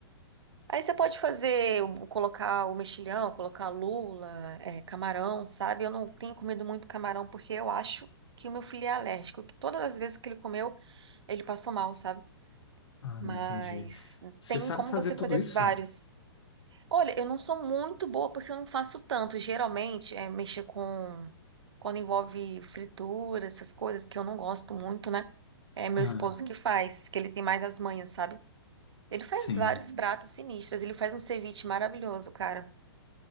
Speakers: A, on the right; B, on the left.
A: Aí você pode fazer, o- colocar o mexilhão, colocar lula, é, camarão, sabe? Eu não tenho comido muito camarão porque eu acho que o meu filho é alérgico, que todas as vezes que ele comeu, ele passou mal, sabe?
B: Ah,
A: Mas
B: entendi. Você
A: tem
B: sabe
A: como
B: fazer
A: você
B: tudo
A: fazer
B: isso?
A: vários. Olha, eu não sou muito boa porque eu não faço tanto. Geralmente é mexer com. Quando envolve fritura, essas coisas que eu não gosto muito, né? É meu
B: Ah,
A: esposo que faz, que ele tem mais as manhas, sabe? Ele faz
B: sim.
A: vários pratos sinistros. Ele faz um ceviche maravilhoso, cara.